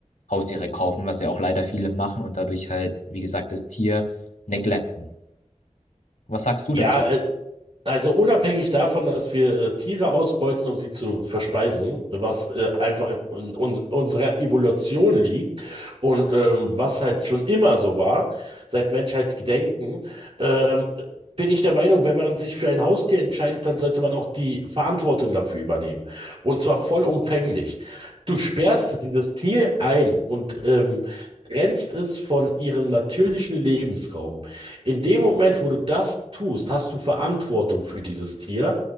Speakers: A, on the left; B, on the right.
A: Haustiere kaufen, was ja auch leider viele machen und dadurch halt, wie gesagt, das Tier neglecten. Was sagst du
B: Ja,
A: dazu?
B: äh, also unabhängig davon, dass wir äh, Tiere ausbeuten, um sie zu verspeisen, was äh, einfach in uns, unserer Evolution liegt und ähm, was halt schon immer so war, seit Menschheitsgedenken, ähm, bin ich der Meinung, wenn man sich für ein Haustier entscheidet, dann sollte man auch die Verantwortung dafür übernehmen. Und zwar vollumfänglich. Du sperrst dieses Tier ein und ähm, trennst es von ihrem natürlichen Lebensraum. In dem Moment, wo du das tust, hast du Verantwortung für dieses Tier.